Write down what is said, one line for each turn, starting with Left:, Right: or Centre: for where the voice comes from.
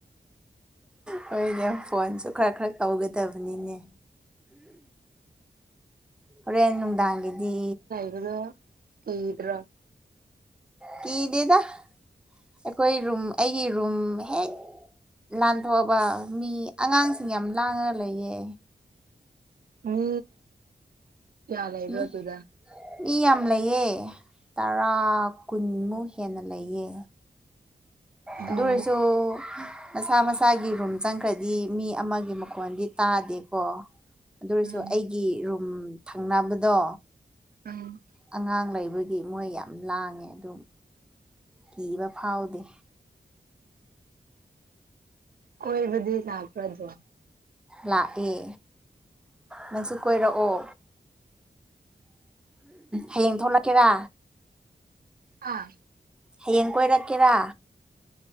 Centre: ꯍꯣꯏꯅꯦ ꯐꯣꯟꯁꯨ ꯈꯔ ꯈꯔ ꯇꯧꯒꯗꯕꯅꯤꯅꯦ ꯍꯣꯔꯦꯟ ꯅꯨꯡꯗꯥꯡꯒꯤꯗꯤ
Right: ꯍꯜꯂꯣ ꯀꯤꯗ꯭ꯔꯥ
Centre: ꯀꯤꯗꯦꯗ ꯑꯩꯈꯣꯏ ꯔꯨꯝ ꯑꯩꯒꯤ ꯔꯨꯝ ꯍꯦꯛ ꯂꯥꯟꯊꯣꯛꯑꯕ ꯃꯤ ꯑꯉꯥꯡꯁꯤꯡ ꯌꯥꯝ ꯂꯥꯡꯉꯒ ꯂꯩꯌꯦ
Right: ꯃꯤ ꯀꯌꯥ ꯂꯩꯕ꯭ꯔ
Centre: ꯃꯤ
Right: ꯗꯨꯗ
Centre: ꯃꯤ ꯌꯥꯝ ꯂꯩꯌꯦ ꯇꯔꯥ ꯀꯨꯟꯃꯨꯛ ꯍꯦꯟꯅ ꯂꯩꯌꯦ
Right: ꯑꯗꯨꯝ
Centre: ꯑꯗꯨ ꯑꯣꯏꯔꯁꯨ ꯃꯁꯥ ꯃꯁꯥꯒꯤ ꯔꯨꯝ ꯆꯪꯈ꯭ꯔꯗꯤ ꯃꯤ ꯑꯃꯒꯤ ꯃꯈꯣꯟꯗꯤ ꯇꯥꯗꯦꯀꯣ ꯑꯗꯨ ꯑꯣꯏꯔꯁꯨ
Right: ꯎꯝ
Centre: ꯑꯩꯒꯤ ꯔꯨꯝ ꯊꯪꯅꯕꯗꯣ
Right: ꯎꯝ
Centre: ꯑꯉꯥꯡ ꯂꯩꯕꯒꯤ ꯃꯣꯏ ꯌꯥꯝ ꯂꯥꯡꯉꯦ ꯑꯗꯨꯝ ꯀꯤꯕ ꯐꯥꯎꯗꯦ
Right: ꯀꯣꯏꯕꯗꯤ ꯂꯥꯛꯄꯔ꯭ ꯑꯗꯣ
Centre: ꯂꯥꯛꯑꯦ ꯅꯪꯁꯨ ꯀꯣꯏꯔꯛꯑꯣ ꯍꯌꯦꯡ ꯊꯣꯛꯂꯛꯀꯦꯔꯥ
Right: ꯑꯥ
Centre: ꯍꯌꯦꯡ ꯀꯣꯏꯔꯛꯀꯦꯔꯥ